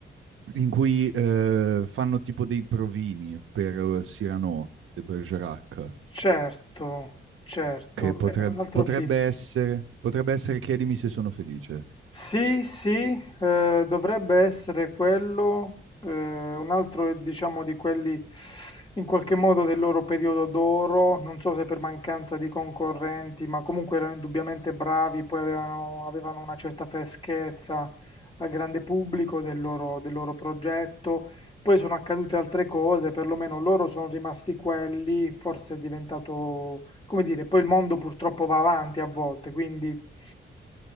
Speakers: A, on the right; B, on the left.
A: in cui eh, fanno tipo dei provini per Cyrano de Bergerac
B: certo, certo.
A: che potreb-
B: È un altro
A: potrebbe
B: film.
A: essere, potrebbe essere Chiedimi se sono felice.
B: Sì, sì, eh, dovrebbe essere quello, eh, un altro diciamo di quelli in qualche modo del loro periodo d'oro, non so se per mancanza di concorrenti, ma comunque erano indubbiamente bravi, poi avevano, avevano una certa freschezza al grande pubblico del loro, del loro progetto. Poi sono accadute altre cose, perlomeno loro sono rimasti quelli, forse è diventato, come dire, poi il mondo purtroppo va avanti a volte, quindi...